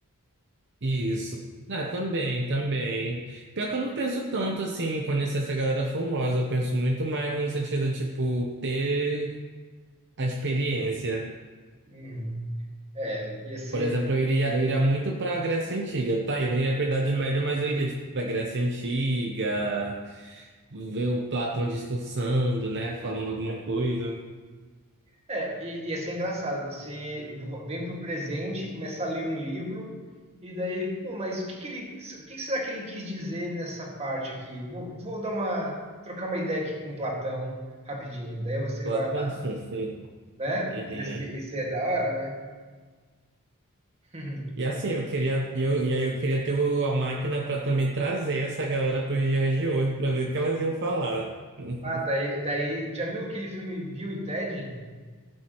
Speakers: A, on the right (about 55°); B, on the right (about 30°).
A: isso. Ah, também, também. Pior que eu não penso tanto assim em conhecer essa galera famosa. Eu penso muito mais no sentido, tipo, ter a experiência.
B: Uhum. É, ia ser,
A: Por exemplo, eu iria, eu iria muito pra Grécia Antiga. Tá, eu não iria pra Idade Média, mas eu iria, tipo, pra Grécia Antiga, ver o Platão discursando, né? Falando alguma coisa.
B: é, i- ia ser engraçado. Você v- vem pro presente, começa a ler um livro, e daí, pô, mas o que que ele, o que que será que ele quis dizer nessa parte aqui? Vou, vou dar uma, trocar uma ideia aqui com Platão rapidinho. Daí você
A: Platão.
B: vai lá,
A: <laughs>
B: né?
A: Uhum.
B: Isso, isso é da hora, né? <laughs>
A: E assim, eu queria, e eu, e aí eu queria ter o- a máquina para também trazer essa galera para os dias de hoje, para ver o que elas iam falar. <laughs>
B: Ah, daí, daí, já viu aquele filme Bill e Ted?